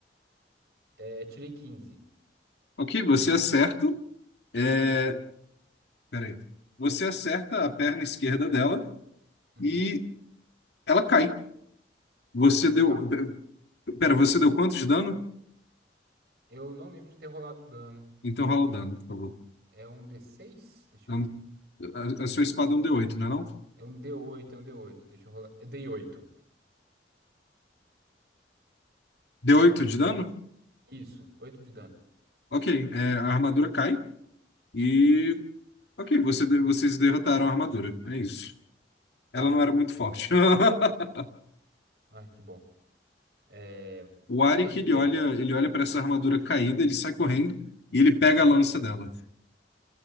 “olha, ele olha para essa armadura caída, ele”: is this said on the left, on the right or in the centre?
Left